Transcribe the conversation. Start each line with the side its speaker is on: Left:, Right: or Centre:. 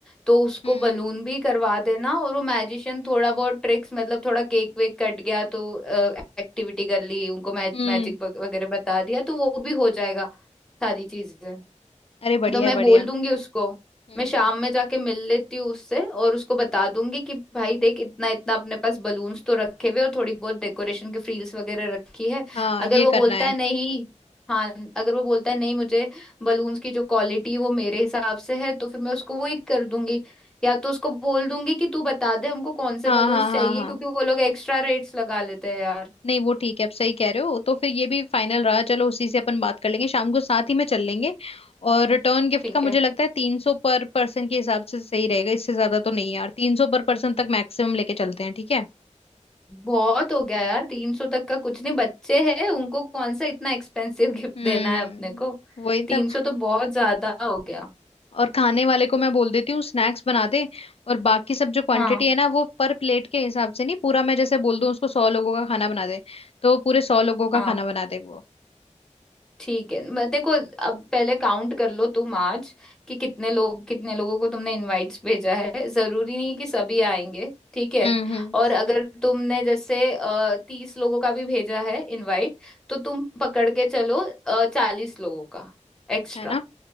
Centre: तो उसको
Left: हम्म
Centre: बलून भी करवा देना और वो मैजिशियन थोड़ा बहुत ट्रिक्स मतलब थोड़ा केक वेक कट गया तो एक्टिविटी कर ली उनको मैजिक
Left: हम्म
Centre: वगैरह बता दिया तो वो भी हो जाएगा सारी चीजें
Left: अरे बढ़िया
Centre: तो मैं
Left: है बढ़िया
Centre: बोल
Left: है
Centre: दूंगी उसको
Left: हम्म
Centre: मैं शाम में जाके मिल लेती हूँ उससे और उसको बता दूंगी कि भाई देख इतना इतना अपने पास बलून्स तो रखे हुए और थोड़ी बहुत डेकोरेशन की फ्रील्स वगैरह रखी है
Left: हाँ
Centre: अगर
Left: ये
Centre: वो
Left: करना
Centre: बोलता
Left: है
Centre: है नहीं हाँ अगर वो बोलता है नहीं मुझे बलून्स की जो क्वालिटी है वो मेरे हिसाब से है तो फिर मैं उसको वही कर दूंगी या तो उसको बोल दूंगी कि तू बता दे हमको कौन से
Left: हाँ
Centre: बलून्स
Left: हाँ हाँ
Centre: चाहिए
Left: हाँ
Centre: क्योंकि वो लोग एक्स्ट्रा रेट्स लगा लेते हैं यार
Left: नहीं वो ठीक है आप सही कह रहे हो तो फिर ये भी फाइनल रहा चलो उसी से अपन बात कर लेंगे शाम को साथ ही में चल लेंगे और रिटर्न गिफ्ट
Centre: ठीक
Left: का मुझे
Centre: है
Left: लगता है तीन सौ पर पर्सन के हिसाब से सही रहेगा इससे ज्यादा तो नहीं यार तीन सौ पर पर्सन तक मैक्सिमम लेके चलते हैं ठीक है
Centre: बहुत हो गया यार तीन सौ तक का कुछ नहीं बच्चे हैं उनको कौन सा इतना एक्सपेंसिव गिफ्ट
Left: हम्म
Centre: <laughs> देना है अपने को
Left: वही
Centre: तीन
Left: तो
Centre: सौ तो बहुत ज्यादा हो गया
Left: और खाने वाले को मैं बोल देती हूँ स्नैक्स बना दे और बाकी सब जो क्वांटिटी
Centre: हाँ
Left: है ना वो पर प्लेट के हिसाब से नहीं पूरा मैं जैसे बोल दूँ उसको सौ लोगों का खाना बना दे तो वो पूरे सौ लोगों का
Centre: हाँ
Left: खाना बना दे वो
Centre: ठीक है मैं- देखो अब पहले काउंट कर लो तुम आज कि कितने लोग कितने लोगों को तुमने इनवाइट्स भेजा है जरूरी नहीं कि सभी आएंगे ठीक है
Left: हम्म हम्म
Centre: और अगर तुमने जैसे तीस लोगों का भी भेजा है इनवाइट तो तुम पकड़ के चलो चालीस लोगों का एक्स्ट्रा।
Left: है ना